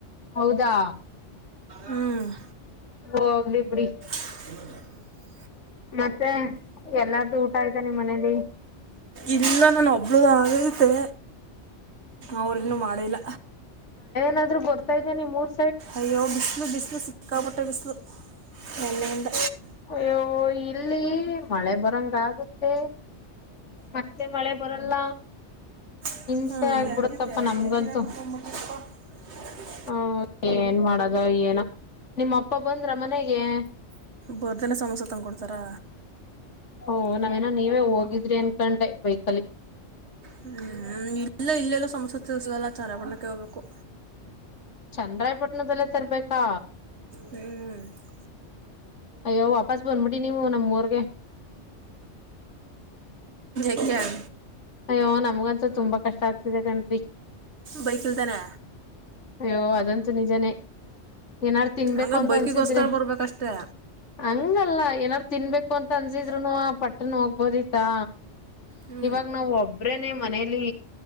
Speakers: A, on the left (about 75°); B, on the right (about 65°).
A: ಹೌದಾ
B: ಹ್ಞೂ
A: ಹೋಗ್ರಿ ಬಿಡಿ
B: ಹದ
A: ಮತ್ತೆ ಎಲ್ಲಾರ್ದು ಊಟ ಆಯ್ತಾ ನಿ್ ಮನೇಲಿ
B: ಇಲ್ಲ ನಾನು ಒಬ್ಳದಗೈತೆೆ ಅವ್ರನ್ನು ಮಾಡಿಲ್ಲ
A: ನಾದ್ರು ಗರ್ತಾ್ದೇ ನೀ ಮೂರ್
B: ಅಯ್ಯೋ ಬಿಸಲು ಬಿಸಲು ಸಿಕ್ಕಪಟ್ಟೆ ಬಿಸಲು ಎನ್ನಂತ
A: ಅಯ್ಯೋ ಇಲ್ಲಿ ಮಳೆ ಬರಂಗಗುತ್ತೆ ಮತ್ತೆ ಮಳೆ ಬರಲ್ಲ
B: ಜ
A: ಹಿಂಸೆ ಆಗ್ಬಿಡುತ್ತಪ್ಪ ನಮ್ಗಂತೂ ಹ ಏನ್ ಮಾಡದ ಏನ ನಿಮ್ಮ ಅಪ್ಪ ಬಂದ್ರ ಮನೆಗೆ
B: ಬರ್ದನ ಸಮೋಸ ತಂದುಕೊಡ್ತಾರಾ
A: ಓ ನಾವೇನ ನೀವೇ ಹೋಗಿದ್ರಿ ಅನ್ಕೊಂಡೆ ಬೈಕಲ್ಲಿ
B: ಹ್ಮ್ ಇಲ್ಲ ಇಲ್ಲಲ್ಲ ಸಮಸೆ ತಿಸಗಲ್ಲ ಆಚಾರಗೊಂಡಕ್ಕೆ ಹೋಗ್ಬೇಕು
A: ಚಂದ್ರಾಯಪಟ್ಟಣದಲ್ಲೇ ತರ್ಬೇಕಾ
B: ಹ್ಞೂ
A: ಅಯ್ಯೋ ಬಸ್ ಬಂದಬಿಡಿ ನೀವು ನಮ್ಮೂರ್ಗೆ
B: ಎಮ
A: ಅಯ್ಯೋ ನಮಗಂತ ತುಂಬಾ ಕಷ್ಟ ಆಗ್ತಿದೆ ಕನ್ರಿ
B: ಬೈಕಲ್ದಾನೆ
A: ಅಯ್ಯೋ ಅದಂತೂ ನಿಜಾನೇ ಏನಾರು ತಿನ್ಬೇಕು
B: ಹಂಗೆ
A: ಅಂತ
B: ಬೈಕಿಗೋಸ್ಕರ
A: ಅನ್ಸಿದ್ರೆ
B: ಬರ್ಬೇಕಷ್ಟೇ
A: ಹಂಗಲ್ಲ ಏನಾರು ತಿನ್ಬೇಕು ಅಂತ ಅನ್ಸಿದ್ರುನು ಪಟ್ಟ್ರನ ಹೋಗಬೋದಿತ್ತಾ
B: ಹ್ಞೂ
A: ಇವಾಗ ನಾವ ಒಬ್ರೇನೆೇ ಮನೇಲಿ